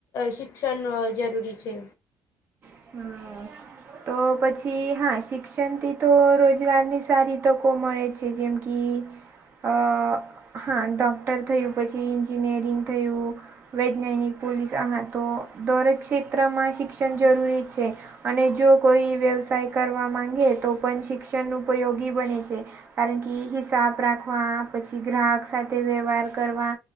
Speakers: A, on the left (about 75°); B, on the right (about 45°).
A: શિક ક્ષન જરૂરી છે.
B: હા. તો પછી હા શિક્ષણથી તો રોજગારની સારી તકો મળે છે. જેમ કિ અહ હા, ડોક્ટર થયું, પછી એન્જિનિયરિંગ થયું. વૈજ્ઞાનિક, પોલીસ આમાં તો દરેક ક્ષેત્રમાં શિક્ષણ જરૂરી જ છે. અને જો કોઈ વ્યવસાય કરવા માંગે તો પણ શિક્ષણ ઉપયોગી બને છે. કારણ કિ હિસાબ રાખવા, પછી ગ્રાહક સાથે વ્યવહાર કરવા